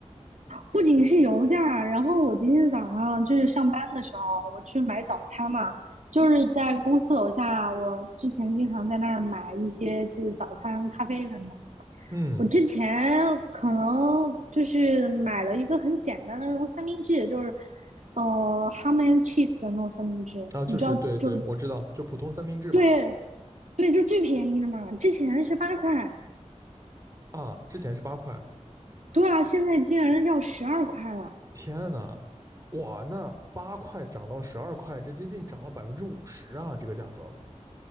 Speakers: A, on the right; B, on the right.
A: 不仅是油价，然后我今天早上就是上班的时候，我去买早餐嘛，就是在公司楼下，我之前经常在那儿买一些就是早餐、咖啡什么的。
B: 嗯，
A: 我之前可能就是买了一个很简单的那种三明治，就是呃 ham and cheese 的那种三明治，
B: 啊，就是对对，
A: 你知道就
B: 我知道，就普通三明治嘛，
A: 对，对，就最便宜的嘛，之前是八块，
B: 啊，之前是八块，
A: 对啊，现在竟然要十二块了。
B: 天呐，哇，那八块涨到十二块，这接近涨了百分之五十啊，这个价格。